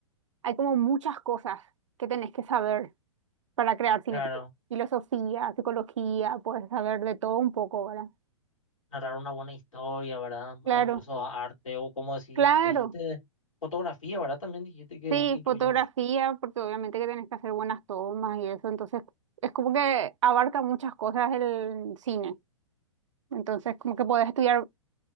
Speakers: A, on the right (about 65°); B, on the left (about 70°).
A: hay como muchas cosas que tenés que saber para crear cine.
B: Claro,
A: tipo Filosofía, psicología, puedes saber de todo un poco, ¿verdad?
B: narrar una buena historia, ¿verdad?
A: Claro,
B: Ah, incluso arte o como decir,
A: claro.
B: pues, dijiste fotografía, ¿verdad? También dijiste que,
A: Sí,
B: que incluye
A: fotografía,
B: mucho.
A: porque obviamente que tenés que hacer buenas tomas y eso. Entonces, es como que abarca muchas cosas el cine. Entonces, como que podés estudiar